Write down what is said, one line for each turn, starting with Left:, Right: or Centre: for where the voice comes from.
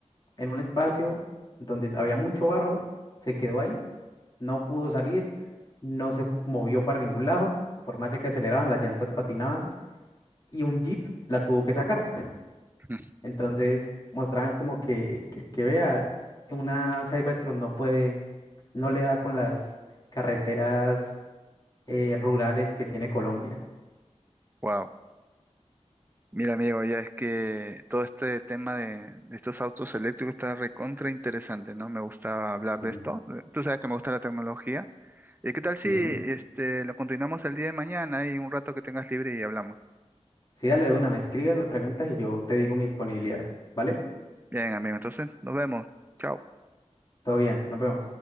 Left: en un espacio donde había mucho barro, se quedó ahí, no pudo salir, no se movió para ningún lado, por más de que aceleraban, las llantas patinaban. y un Jeep la tuvo que sacar.
Right: <laughs>
Left: Entonces mostraban como que, que, que vea, una Cybertron no puede, no le da con las carreteras eh, rurales que tiene Colombia.
Right: Wow. Mira, amigo, ya es que todo este tema de, de estos autos eléctricos está recontra interesante, ¿no? Me gusta hablar
Left: Ujú,
Right: de esto. Tú sabes que me gusta la tecnología. ¿Y qué tal si
Left: ujú.
Right: este, lo continuamos el día de mañana y un rato que tengas libre y hablamos?
Left: Sí, dale de una, me escribes, me preguntas y yo te digo mi disponibilidad, ¿vale?
Right: Bien, amigo, entonces nos vemos. Chao.
Left: Todo bien, nos vemos.